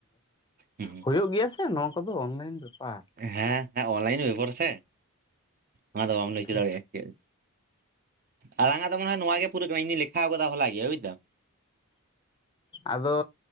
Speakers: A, on the right (about 40°); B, on the left (about 20°).
A: ᱦᱩᱸ
B: ᱦᱩᱭᱩᱜ ᱜᱮᱭᱟ ᱥᱮ ᱱᱚᱣᱟ ᱠᱚᱫᱚ ᱚᱱᱞᱟᱭᱤᱱ ᱵᱮᱯᱟᱨ᱾
A: ᱦᱮᱸ ᱦᱮᱸ ᱚᱱᱞᱟᱭᱤᱱ ᱵᱮᱵᱚᱦᱟᱨ ᱥᱮ ᱚᱱᱟᱫᱚ ᱵᱟᱢ ᱞᱟᱹᱭ ᱦᱚᱪᱚ
B: ᱴᱷᱤᱠ
A: ᱫᱟᱲᱮᱭᱟᱜᱼᱟ ᱪᱮᱫ, ᱟᱞᱟᱝ ᱟᱜ ᱫᱚ ᱢᱚᱱᱮ ᱦᱚᱭ ᱱᱚᱣᱟ ᱜᱮ ᱯᱩᱨᱟᱹᱜ ᱠᱟᱱᱟ ᱤᱧᱫᱩᱧ ᱞᱮᱠᱷᱟᱣ ᱠᱟᱫᱟ ᱦᱚᱞᱟ ᱜᱮ ᱵᱩᱡ ᱫᱟᱢ᱾
B: ᱟᱫᱚ